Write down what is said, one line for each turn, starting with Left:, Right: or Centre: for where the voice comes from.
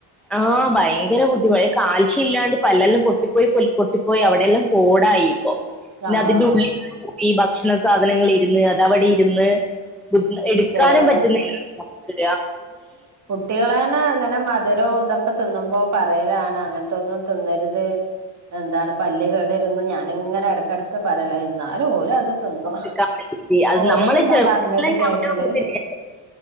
Centre: ആഹ ഭയങ്കര ബുദ്ധിമുട്ടാ. കാൽശ്യം ഇല്ലാണ്ട് പല്ലെല്ലാം പൊട്ടിപ്പോയി പൊട്ടിപ്പോയി അവിടെയെല്ലാം പോടായിപ്പോ പിന്നെ
Right: ആഹ്
Centre: അതിന്റെ ഉള്ളില പോയി ഭക്ഷണ സാധനങ്ങൾ ഇരുന്ന് അതവിടെ ഇരുന്ന് എടുക്കാനും
Right: കേട്
Centre: പറ്റുന്നില്ലല്ലോ
Right: കുട്ട്യേളെന്നെ ഇങ്ങനെ മ ത് രോ ന്തൊക്കെ തിന്നുമ്പോ പറയലാണ് അങ്ങനത്തൊന്നും തിന്നര്ത് എന്താണ് പല്ല് കേടരുന്ന് ഞാന് ങ്ങനെ ഇടക്കട ക്കെ പറയലാ എന്നാലും ഓലോ അത് തിന്നു
Centre: എടുക്കാൻ പറ്റില്ലേ അത്
Right: ഓലോട്
Centre: നമ്മളെ
Right: ണ്ടോ
Centre: ചെറുതിലെല്ലാം
Right: പറഞ്ഞിട്ട് കേക്കല്
Centre: ഞാൻ തിന്നിട്ടില്ല